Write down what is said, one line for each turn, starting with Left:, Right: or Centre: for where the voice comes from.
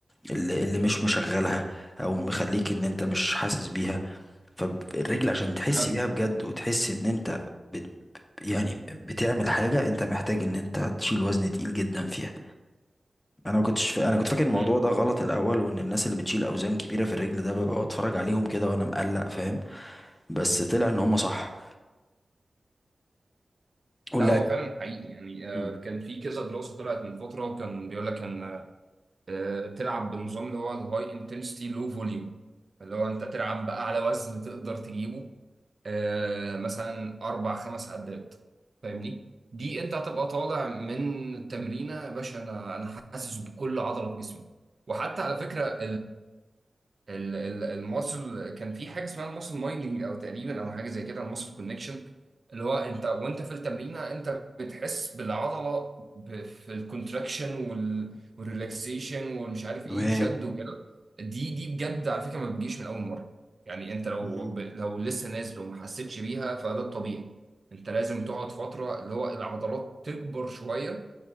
Left: اللي, اللي مش مشغلها او مخليك ان انت مش حاسس بيها فالرجل عشان تحس
Right: فعلا
Left: بيها بجد وتحس ان انت بت يعني بتعمل حاجه انت محتاج ان انت تشيل وزن تقيل جدا فيها انا ما كنتش فا... انا كنت فاكر الموضوع
Right: امم
Left: ده غلط الاول وان الناس اللي بتشيل اوزان كبيره في الرجل ده ببقى بتفرج عليهم كده وانا مقلق فاهم بس طلع ان هم صح ولا
Right: لا هو فعلا حقيقي يعني آه،
Left: مم.
Right: كان في كذا دراسة طلعت من فترة كان بيقول لك ان آه، تلعب بالنظام اللي هو الهاي انتنسيتي لو فوليوم اللي هو انت تلعب باعلى وزن تقدر تجيبه آه، مثلا اربع خمس عدات فاهمني دي انت هتبقى طالع من التمرينه يا باشا انا انا حاسس بكل عضله في جسمي وحتى على فكره ال- ال- الماسل كان في حاجه اسمها الماسل مايندنج او تقريبا او حاجه زي كده الماسل كونكشن اللي هو انت وانت في التمرينه انت بتحس بالعضله ب- في الكونتراكشن وال- والريلاكسيشن والمش عارف ايه
Left: تمام
Right: الشد وكده دي دي بجد على فكره ما بتجيش من اول مره يعني انت لو
Left: مم.
Right: ب- لو لسه نازل وما حسيتش بيها فده الطبيعي انت لازم تقعد فتره اللي هو العضلات تكبر شويه